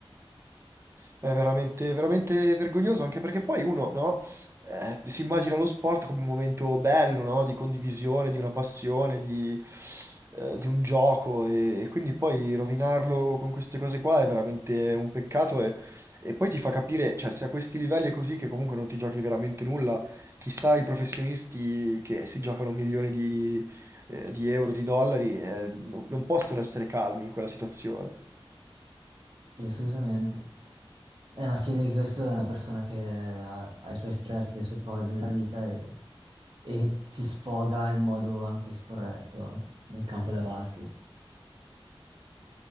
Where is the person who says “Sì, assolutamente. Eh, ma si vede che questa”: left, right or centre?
Right